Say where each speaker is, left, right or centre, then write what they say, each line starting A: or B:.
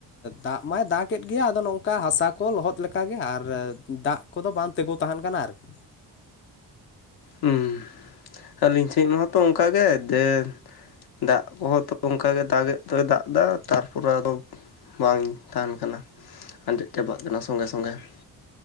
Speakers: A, on the left; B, on the left.
A: ᱫᱟᱜ ᱢᱟᱭ ᱫᱟᱜᱮᱫ ᱜᱮᱭᱟ ᱟᱫᱚ ᱱᱚᱝᱠᱟ ᱦᱟᱥᱟ ᱠᱚ ᱞᱚᱦᱚᱫᱼᱼ ᱞᱮᱠᱟᱜ ᱜᱮ ᱟᱨ ᱫᱟᱜ ᱠᱚ ᱫᱚ ᱵᱟᱝ ᱛᱤᱸᱜᱳ ᱛᱟᱦᱮᱱ ᱠᱟᱱᱟ ᱟᱨᱠᱤ,
B: ᱦᱮᱸ ᱟᱹᱞᱤᱧ ᱴᱷᱮᱡ ᱢᱟᱛᱚ ᱚᱝᱠᱟ ᱜᱮ ᱡᱮ, ᱫᱟᱜ ᱠᱚᱦᱚᱸ ᱛᱚ ᱚᱝᱠᱟ ᱜᱮ ᱫᱟᱜᱮᱫ ᱫᱚᱭ ᱫᱟᱜ ᱮᱫᱟ ᱛᱟᱨᱯᱚᱨᱮ ᱟᱫᱚ, ᱵᱟᱝ ᱛᱟᱦᱮᱸᱱ ᱠᱟᱱᱟ ᱟᱸᱡᱮᱫ ᱪᱟᱵᱟᱜ ᱠᱟᱱᱟ ᱥᱚᱸᱜᱮ ᱥᱚᱸᱜᱮ ᱾